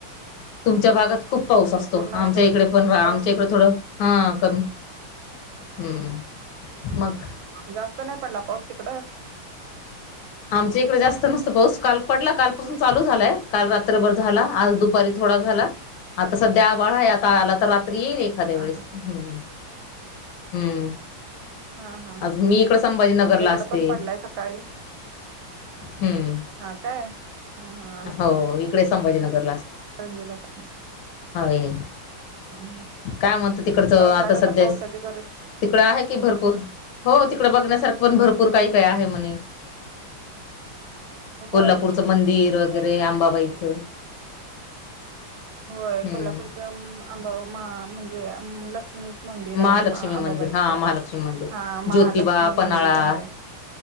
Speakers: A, on the left (about 75°); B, on the right (about 75°).
A: तुमच्या भागात खूप पाऊस असतो
B: पूर्ण
A: आमच्या
B: असं
A: इकडे पण आमच्या
B: पाऊस
A: इकडे थोडं हा कमी हम्म, मग
B: जास्त नाही पडला पाऊस तिकडं?
A: आमच्या इकडे जास्त नसतो पाऊस काल पडला कालपसून चालू झालाय काल रात्रभर झाला आज दुप दुपारी थोडा झाला आता सध्या आबाळा आहे आता आला तर रात्री येईल एक एखाद्या
B: हा
A: वेळेस.
B: हा
A: हम्म
B: हा हा
A: आज
B: हा हा
A: मी इकड संभाजीनगरला
B: आमच्या इकडं
A: असते.
B: पण पडलाय सकाळी
A: हम्म.
B: हा काय. हा हा
A: हो इकडे संभाजीनगरला असते.
B: परंजला <unintelligible> असल
A: होय.
B: हा
A: काय म्हणत तिकडचं
B: पावसाळ्यात
A: आता सध्यास,
B: पावसाची गरज
A: तिकडं आहे कि भरपूर हो तिकडे बघण्यासारखं पण भरपूर काही काय आहे म्हणे.
B: होय
A: कोल्हापूरचं मंदिर वगैरे आंबाबाईचं.
B: होय,
A: हम्म
B: कोल्हापूरचा आंबाबा मा म्हणजे अम लक्ष्मी मंदिर
A: महालक्ष्मी
B: आहे मा अंबाबाईचं,
A: मंदिर हा महालक्ष्मी मंदिर
B: हा महालक्ष्मी
A: ज्योतिबा पन्हाळा
B: मंदिर आहे.